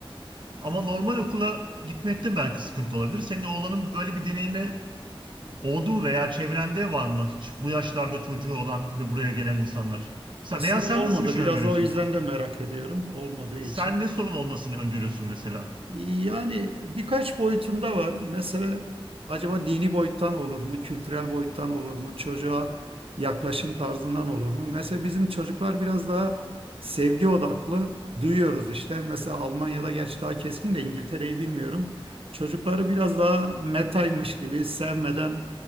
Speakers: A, on the right (about 55°); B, on the right (about 70°).
A: Ama normal okula gitmekte belki sıkıntı olabilir. Senin oğlanın böyle bir deneyimi oldu mu veya çevrende var mı hiç bu yaşlarda çocuğu olan ve buraya gelen insanlar? Sen,
B: Aslında
A: veya sen
B: olmadı.
A: nasıl bir şey
B: Biraz
A: öngörüyorsun?
B: da o yüzden de merak ediyorum. Olmadığı için.
A: Sen ne sorun olmasını öngörüyorsun mesela?
B: Yani birkaç boyutunda var. Mesela acaba dini boyuttan olur mu, kültürel boyuttan olur mu, çocuğa yaklaşım tarzından olur mu? Mesela bizim çocuklar biraz daha sevgi odaklı duyuyoruz işte. Mesela Almanya'da gerçi daha keskin de İngiltere'yi bilmiyorum. Çocukları biraz daha metaymış gibi sevmeden,